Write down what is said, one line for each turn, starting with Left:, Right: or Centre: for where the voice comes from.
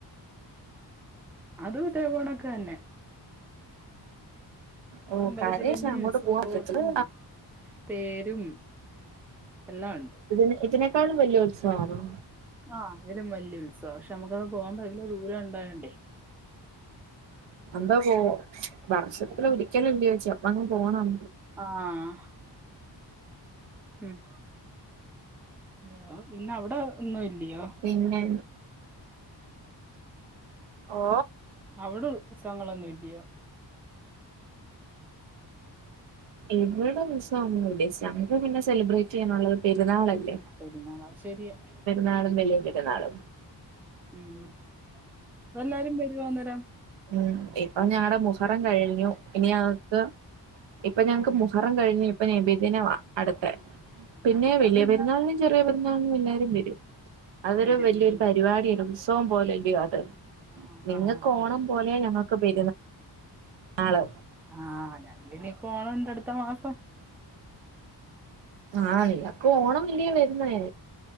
Centre: അത് ഇതേപൊണക്ക് തന്നെ
Right: ഓ
Centre: അമ്പലത്തി
Right: കരേശ്
Centre: വല്യ
Right: അങ്ങോട്ട്
Centre: ഉത്സവ
Right: പോവാൻ
Centre: കോട്ടും
Right: പറ്റത്തില്ല
Centre: തേരും എല്ലാം ഉണ്ട്
Right: ഇതിന് ഇതിനേക്കാളും വലിയ ഉത്സവണോ
Centre: ആഹ ലും വലിയ ഉത്സവം പക്ഷെ നമുക്കത് പോകാൻ ല്ല ദൂരം ഉണ്ടായൊണ്ടേ
Right: എന്താ പോ വർഷത്തില് ഒരിക്കല ല്ലയൊ ചേച്ചി അപ്പ അങ്ങ് പോണം
Centre: ആഹ ഉം ഓ പിന്നെ അവിടെ ഒന്നും ഇല്ലയോ
Right: പിന്നെ ഓ
Centre: അവിടെ ഉ ത്സവങ്ങളൊന്നും ഇല്ലയോ
Right: എവിടെ ഉത്സവം ഒന്നുല്ലേച്ചി നമ്മൾ ഉദ്ദേശിച്ചു നമുക്ക് പിന്നെ സെലിബ്രേറ്റ് ചെയ്യാനുള്ളത് പെരുന്നാളല്ലേ
Centre: പെരുന്നാള ശരിയ
Right: നാടും <unintelligible> നാളും
Centre: ഉം എല്ലാരും വരുവോന്നേരം
Right: ഉം ഇപ്പൊ ഞങ്ങടെ മുഹറം കഴിഞ്ഞു ഇനി അക്ക് ഇപ്പൊ ഞങ്ങക്ക്
Centre: ഉം ഉം
Right: മുഹറം കഴിഞ്ഞു ഇപ്പൊ നെബിദിനവാ അട്ത്തെ പിന്നെ
Centre: അടുത്തതെന്നാ
Right: വല്യയ പെരുന്നാളിനും ചെറിയ പെരുന്നാളിനും എല്ലാരും വരും. അതൊരു
Centre: വരും
Right: വല്യൊരു
Centre: ഉം
Right: പരിപാടിയ ഉത്സവം പോലല്ല്യോ അത്
Centre: ആഹ് ഹാ
Right: നിങ്ങക്ക്
Centre: ഹാ ഹാ
Right: ഓണം പോലെ ഞങ്ങക്ക് പെ ആള്
Centre: ആഹ് ഞങ്ങിനി പോണം ഇണ്ട് അടുത്ത മാസം
Right: ആഹ് നിങ്ങക്ക് ഓണം വല്യേ വരുന്നെ.